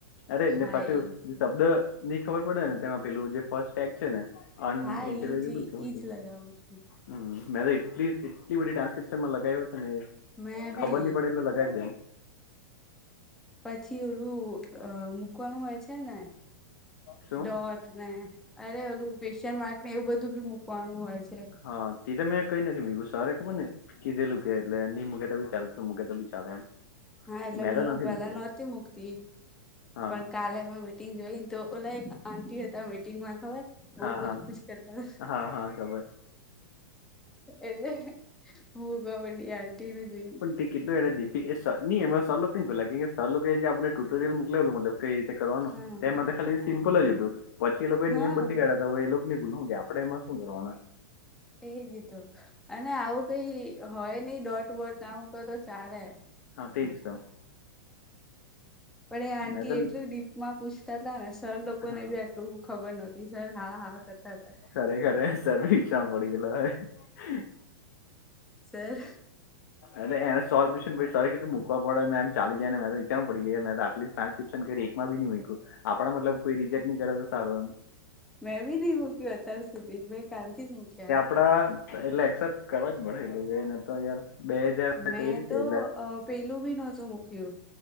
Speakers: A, on the left; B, in the centre.
A: અરે
B: હા
A: ને પાછું
B: એજ તો.
A: શબ્દ ની ખબર પડે ને તેમાં પેલું જે ફર્સ્ટ એગ છે ને અનઇન્ટેલીજેબલ
B: હા ઈજ
A: કેવાય
B: ઈજ લગાવું છું
A: હમ મેં તો એટલી એટલી બધી ટાન્સ્ક્રિપ એમાં લગાવ્યો છે ને
B: મેં
A: ખબર
B: બી
A: નહી પડે એટલે લગાવી દેમ
B: પછી ઓલું મૂકવાનું હોય છે ને
A: શું?
B: ડોટ ને અરે ઓલું ક્વેશ્ચન માર્ક ને એવું બધું બી મૂકવાનું હોય છે.
A: હા તે તો મેં કઈ નથી મેકુ સવારે ખબર ને. કીધેલું કે એટલે નહી મૂકે તો બી ચાલેશે મૂકે તો બી ચાલશે એમ.
B: હા એટલે
A: મેં
B: હું
A: તો નથી
B: પેલા
A: મૂકેલું
B: નહોતી મુકતી
A: હા
B: પણ કાલે માં બેઠ. મિટિંગ જોઈ ને તો ઓલા એક આંન્ટી હતા મીટિંગમાં ખબર. બહુ
A: હા
B: પૂછ
A: હા
B: પૂછ કરતા.
A: હા હા ખબર
B: એટલે હું કબડી આંટી જોઈ.
A: કેટલો એણે ડીપી એ સર ની એમને સર લોકો એ જે આપણે ટુટોરીઅલ મૂકલેલું મતલબ. કઈ રીતે કરવાનું
B: હા
A: એમાં તો ખાલી સિમ્પલ જ હતું પછી એ લોકો એ
B: હા
A: નિયમ બદલી કાઢ્યા તો હવે એ લોક ને. કે આપડે એમાં શું કરવાના.
B: એ જી તો અને આવું કઈ હોય નહી ડોટ બોટ ના મૂકો તો ચાલે.
A: હા તેજ તો.
B: પણ એ આંટી
A: મેં તો
B: એટલું ડીપમાં પૂછ. કરતા હતા ને સર લોકો
A: હા
B: ને બી આટલું ખબર નહોતી સર હા હા કરતા હતા.
A: ખરેખરે સર પીછામાં પડી ગયેલા હોય.
B: સર.
A: એટ એને સોલ્વ્ય પછ સોરી કધું મૂકવાડ ને એમ ચલી જાય મે તો વિચારવા પડી ગઈ મે તો આટલી માં ન આપ મલબ કોઈ રિજેક્ટ કરે તો સારું એમ.
B: મે ભી નહી રૂકી બત સુધલી મેં કથી ત ક્યા
A: કડા એટલે એસેપ્ટ કરવા જ મળેને તોયાર બે હાજાર
B: મેં
A: ક રીતે
B: તો
A: એટલે
B: પેલું બી નહોતું મૂક્યું